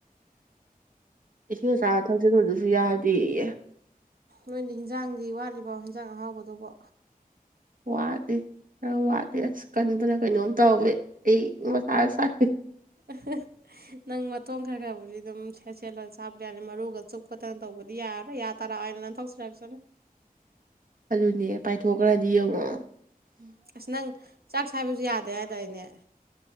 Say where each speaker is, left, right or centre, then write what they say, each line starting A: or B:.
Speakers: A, on the right; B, on the right.
A: ꯏꯁꯤꯡ ꯑꯆꯥꯥꯕ ꯊꯛꯖꯂꯨꯗꯨꯁꯨ ꯌꯥꯗꯤꯌꯦ
B: ꯅꯣꯏꯗꯤ ꯍꯤꯟꯖꯥꯡꯗꯤ ꯋꯥꯠꯂꯤꯕ ꯍꯤꯟꯖꯥꯡ ꯑꯍꯥꯎꯕꯗꯨꯕꯨ
A: ꯋꯥꯗꯦ ꯈꯔ ꯋꯥꯠꯂꯤ ꯑꯁ ꯀꯟꯕꯅ ꯀꯩꯅꯣꯝ ꯇꯧꯋꯦ ꯑꯩ ꯃꯊꯥ ꯁꯥꯏ
B: ꯑ <inaudible> ꯅꯪ ꯃꯇꯣꯡ ꯈꯔ ꯈꯔꯕꯨꯗꯤ ꯑꯗꯨꯝ ꯁꯦꯠ ꯁꯦꯠꯂꯒ ꯆꯥꯕ ꯌꯥꯅꯤ ꯃꯔꯨꯒ ꯆꯨꯞ ꯈꯣꯠꯇꯅ ꯇꯧꯕꯗꯤ ꯌꯥꯔꯣꯏ ꯇꯔꯥ ꯑꯅ ꯅꯪ ꯊꯧꯖꯔꯛꯁꯅꯤ
A: ꯑꯗꯨꯅꯦ ꯄꯥꯏꯊꯣꯛꯈ꯭ꯔꯗꯤ ꯌꯦꯡꯉꯛꯑꯣ
B: ꯎꯝ ꯑꯁ ꯅꯪ ꯆꯥꯛ ꯆꯁꯏꯕꯁꯨ ꯌꯥꯗꯦ ꯍꯥꯏꯇꯥꯏꯅꯦ